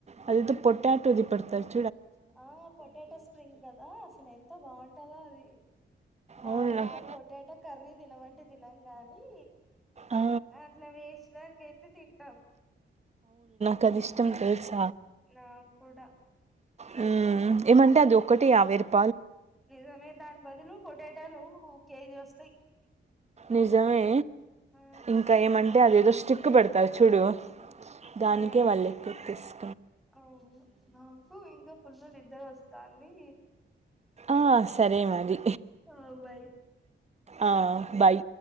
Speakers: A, on the right; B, in the centre.
A: అది ఏదో పొటాటో ది పడతారూ
B: ఆ పొటాటో స్ప్రింగ్ కదా అసలు ఎంతో బాగుంటదో అది నార్మల్గా
A: అవును నాకు
B: పొటాటో కర్రీ తినమంటే తినం గాని
A: ఆ,
B: అట్లా వేసడానికియితే తింటాం
A: కది ఇష్టం తెలుసా
B: నాక్కూడా
A: హు ఏమంటే అది ఒకటి యాభై రూపా
B: నిజమే దాని బదులు పొటాటాలు కేజీ వస్తాయి అనిపిస్తది
A: నిజమే
B: ఆ
A: ఇంకా ఏమంటే అదేదో చిక్కు పెడతారు చూడు దానికే వాళ్ళు ఎక్కువ తీసు
B: అవును నాకు ఇంకా ఫుల్ ని నిద్ర వస్తుంది
A: ఆ సరే మరి
B: అ బాయ్
A: ఆ బాయ్